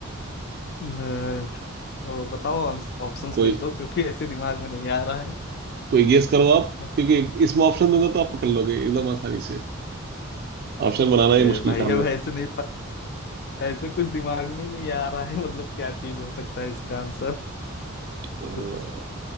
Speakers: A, on the left; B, on the right.
A: न- ओ, बताओ ऑप्शंस
B: कोई
A: कुछ दो क्योंकि ऐसे दिमाग में नहीं आ रहा है
B: कोई गेस करो
A: <laughs>
B: आप क्योंकि इसमें ऑप्शन दूंगा तो आप पकड़ लोगे एकदम आसानी से ऑप्शन बनाना
A: अरे
B: ही मुश्किल
A: भाई
B: काम
A: अब ऐसे नहीं ऐसे कुछ दिमाग में ही नहीं आ रहा है मतलब क्या चीज हो सकता है इसका आंसर
B: है
A: कुछ